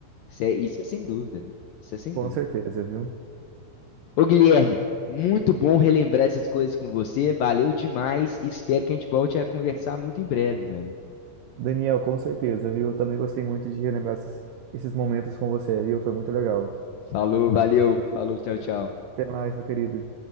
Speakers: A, on the left; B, on the right.
A: Isso é, isso é sem dúvida. Isso é sem
B: Com
A: dúvida.
B: certeza, viu?
A: Ô Guilherme, muito bom relembrar essas coisas com você. Valeu demais. Espero que a gente volte a conversar muito em breve, velho.
B: Daniel, com certeza, viu? Eu também gostei muito de relembrar esses, esses momentos com você, viu? Foi muito legal.
A: Falou, valeu, falou, tchau, tchau.
B: Até mais, meu querido.